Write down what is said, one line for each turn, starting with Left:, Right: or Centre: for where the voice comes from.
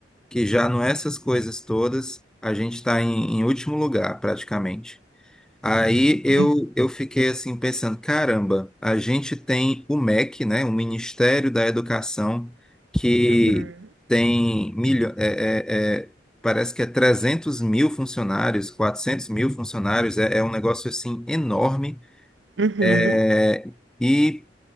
Centre: que já não é essas coisas todas, a gente está em em último lugar, praticamente. Aí eu,
Right: Né?
Centre: eu fiquei assim pensando, caramba, a gente tem o MEC, né, o Ministério da Educação, que
Right: Uhum.
Centre: tem milho, é, é, é, parece que é 300 mil funcionários, 400 mil funcionários, é, é um negócio assim enorme.
Right: Uhum.
Centre: é E